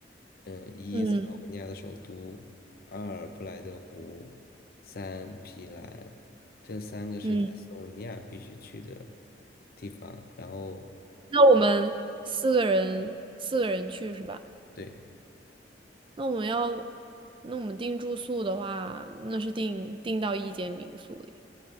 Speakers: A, on the left; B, on the right.
A: 嗯、一斯洛文尼亚的首都，
B: 嗯
A: 二布莱德湖，三皮兰，这三个是在斯洛文尼亚必须去的
B: 嗯，
A: 地方。然后
B: 那我们四个人四个人去是吧？
A: 对，
B: 那我们要，那我们订住宿的话，那是订订到一间民宿里，